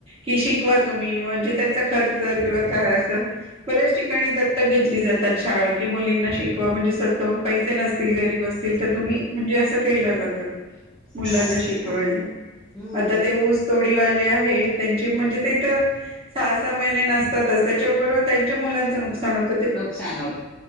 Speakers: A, on the right; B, in the centre.
A: क शवा तुम्ही म्हणजे त्यां खर्च किव का बऱ्याच ठिकाणी दत्तक घेतली जातात शाळा क मुलींना शिक म्हणजे स्वतः पैसे नसतील गरीब असतील तर तुम्ही म्हणजे अस के जातात मुलांना
B: हा तेच
A: शिकवायला
B: ना हम्म
A: आता ते ऊस तोडीवाले हे त्यां म्हणजे तेथ सहा सहा महिने नसतातच त्याच्याबरोबर त्यांच्या मुलांच नुकसान नाही श
B: नुकसान होत